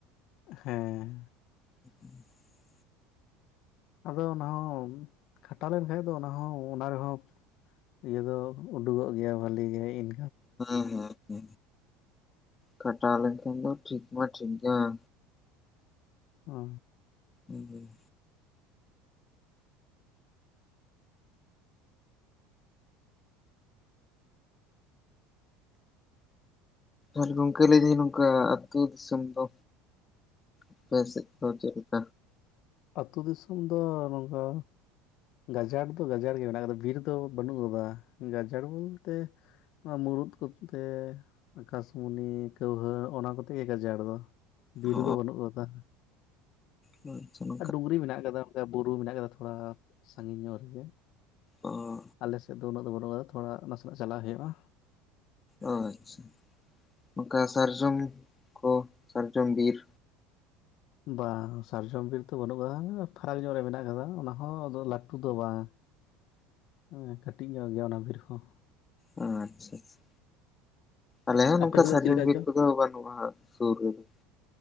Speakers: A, on the left; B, on the left.
A: ᱦᱮᱸ
B: <inaudible>
A: ᱟᱫᱚ ᱚᱱᱟᱦ ᱠᱷᱟᱴᱟᱣ ᱞᱮᱱᱠᱷᱟᱡ ᱫᱚ ᱚᱱᱟ ᱦᱚᱸ ᱚᱱᱟ ᱨᱮᱦᱚᱸ ᱤᱭᱟᱹ ᱫᱚ ᱩᱰᱩᱠᱚᱜ ᱜᱮᱭᱟ ᱵᱷᱟᱹᱞᱤ ᱜᱮ, ᱤᱱ
B: ᱦᱮᱸ ᱦᱮᱸ ᱦᱨᱠᱤ ᱠᱟᱟᱴᱟᱣ ᱞᱮᱱᱠᱷᱟᱱ ᱫᱚ ᱴᱷᱤᱠ ᱢᱟ ᱴᱷᱤᱠ ᱜᱮᱭᱟ᱾
A: ᱦᱚ
B: ᱦᱩᱸ ᱦᱩᱸ ᱟᱨ ᱜᱚᱝᱠᱮ ᱞᱟ. ᱭᱫᱟᱹ ᱱᱝᱠᱟ ᱟᱛᱩ ᱫᱤᱥᱚᱢ ᱫᱚ ᱟᱯᱮ ᱥᱮᱡᱽ ᱫᱚ ᱪᱮᱫ ᱞᱮᱠᱟ?
A: ᱟᱛᱩ ᱫᱤᱥᱚᱢ ᱫᱚ ᱱᱚᱝᱠᱟ ᱜᱟᱡᱟᱲ ᱫᱚ ᱜᱟᱡᱟᱲ ᱜᱮᱭᱟ ᱢᱮᱱᱟᱜ ᱠᱟᱫᱟ, ᱵᱤᱨ ᱫᱚ ᱵᱟᱹᱱᱩᱜ ᱠᱟᱫᱟ ᱜᱟᱡᱟᱲ ᱵᱚᱞᱛᱮ ᱱᱚᱣᱟ ᱢᱩᱨᱩᱫ ᱠᱚᱛᱮ ᱟᱠᱟᱥᱢᱩᱱᱤ ᱠᱟᱹᱣᱦᱟᱹ ᱚᱱᱟ ᱠᱚᱛᱮ ᱜᱮ ᱜᱟᱡᱟᱲ ᱫᱚ, ᱵᱤᱨ
B: ᱚ
A: ᱫᱚ ᱵᱟᱹᱱᱩᱜ ᱠᱟᱫᱟ᱾
B: ᱦᱩᱸ ᱟᱪᱪᱦᱟ
A: ᱟᱨ ᱰᱩᱝᱨᱤ ᱢᱮᱱᱟᱜ ᱠᱟᱫᱟ ᱚᱱᱠᱟ ᱵᱩᱨᱩ ᱢᱮᱱᱟᱜ ᱠᱟᱫᱟ ᱛᱷᱚᱲᱟ ᱥᱟᱺᱜᱤᱧ ᱧᱚᱜ ᱨᱮᱜᱮ᱾
B: ᱚ
A: ᱟᱞᱮᱥᱮᱫ ᱫᱚ ᱩᱱᱟᱹᱜ ᱫᱚ ᱵᱟᱹᱱᱩᱜ ᱟ ᱛᱷᱚᱲᱟ ᱱᱟᱥᱮᱱᱟᱜ ᱪᱟᱞᱟᱜ ᱦᱩᱭᱩᱜᱼᱟ᱾
B: ᱚ ᱟᱪᱪᱷᱟ, ᱱᱚᱠᱟ ᱥᱟᱨᱡᱚᱢ ᱠᱚ ᱥᱟᱨᱡᱚᱢ ᱵᱤᱨ?
A: ᱵᱟᱝ ᱥᱟᱨᱡᱚᱢ ᱵᱤᱨ ᱫᱚ ᱵᱟᱹᱱᱩᱜ ᱟᱠᱟᱫᱟ ᱯᱷᱟᱨᱟᱠ ᱧᱚᱜ ᱨᱮ ᱢᱮᱱᱟᱜ ᱟᱠᱟᱫᱟ ᱚᱱᱟ ᱦᱚᱸ ᱞᱟᱹᱴᱩ ᱫᱚ ᱵᱟᱝ ᱦᱮᱸ ᱠᱟᱹᱴᱤᱡ ᱧᱚᱜ ᱜᱮᱭᱟ ᱚᱱᱟ ᱵᱤᱨ ᱦᱚᱸ᱾
B: ᱚ ᱟᱪᱪᱷᱟ ᱟᱪᱪᱷᱟ᱾ ᱟᱞᱮ ᱦᱚᱸ ᱱᱚᱝᱠᱟ
A: ᱟᱯᱮ ᱥᱮᱫ
B: ᱥᱟᱨᱡᱚᱢ
A: ᱫᱚ ᱪᱮᱫ ᱞᱮᱠᱟ
B: ᱵᱤᱨ ᱠᱚᱫᱚ ᱵᱟᱹᱱᱩᱜᱼᱟ ᱦᱟᱸᱜ ᱥᱩᱨ ᱨᱮᱫᱚ᱾